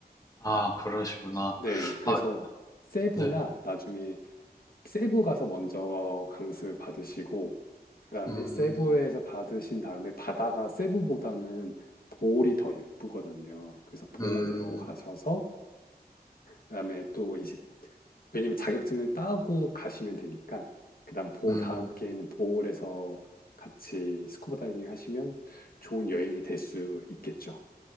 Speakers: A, on the left; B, on the left.
A: 아, 그러시구나.
B: 네, 그래서
A: 아,
B: 세부나
A: 네.
B: 나중에 세부 가서 먼저 강습을 받으시고, 그다음에
A: 음,
B: 세부에서 받으신 다음에 바다가 세부보다는 보홀이 더 예쁘거든요. 그래서 보홀로
A: 음,
B: 가셔서 그다음에 또 이제 왜냐면 자격증을 따고 가시면 되니까 그다음 보
A: 음.
B: 다음 음. 기회는 보홀에서 같이 스쿠버 다이빙 하시면 좋은 여행이 될 수 있겠죠.